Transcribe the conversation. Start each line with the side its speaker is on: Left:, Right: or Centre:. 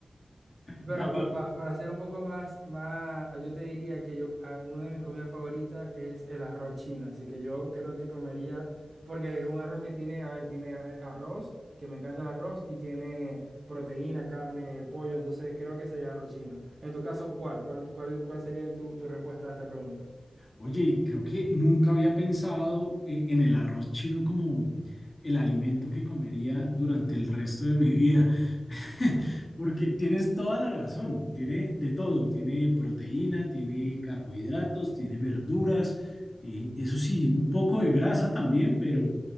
Right: Bueno,
Left: Dale,
Right: pa- pa- para hacer un poco más, más, yo te diría que yo, a- una de mis comidas favoritas es el arroz chino, así que yo creo que comería, porque es un arroz que tiene, a ver, tiene eh, arroz, que me encanta el arroz, y tiene proteína, carne, pollo, entonces creo que sería arroz chino. En tu caso, ¿cuál? ¿Cuál, cuál, cuál sería en tu, tu respuesta a esta pregunta?
Left: Oye, creo que nunca había pensado eh, en el arroz chino como el alimento que comería durante el resto de mi vida, <laughs> porque tienes toda la razón, tiene de todo, tiene proteína, tiene carbohidratos, tiene verduras, eh, eso sí, un poco de grasa también, pero,